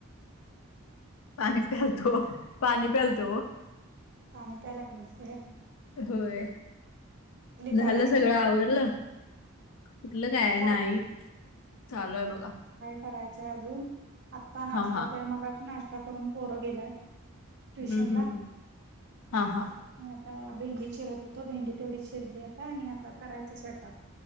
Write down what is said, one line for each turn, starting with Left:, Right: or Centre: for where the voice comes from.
Left: पाणी प्यालतो पाणी प्यालतो.
Right: पाणी प्यायलागे.
Left: होय झालं
Right: तयारी
Left: सगळं आवरलं. कुठलं काय
Right: चाल
Left: नाही चालू आहे बघा.
Right: करायचं अजून आता नाश्ता
Left: हा हा
Right: ते मग अ नाश्ता करून पोरं गेल्यात.
Left: हम्म
Right: ट्युशन
Left: हम्म
Right: ला
Left: हम्म. हा हा
Right: म आता भेंडी चिरत होतो भेंडी तेवढी चिरली आता आणि आता करायचं स्वयंपाक